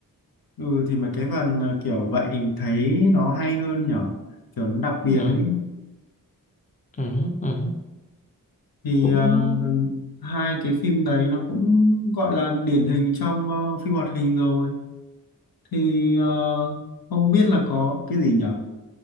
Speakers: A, on the left; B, on the left.
A: ừ thì mấy cái phần ờ, kiểu vậy thấy nó hay hơn nhở kiểu nó đặc biệt
B: ừ,
A: ấy
B: ừ, ừ.
A: thì
B: cũng
A: ờ, hai cái phim đấy nó cũng gọi là điển hình trong ờ, phim hoạt hình rồi thì ờ, không biết là có cái gì nhở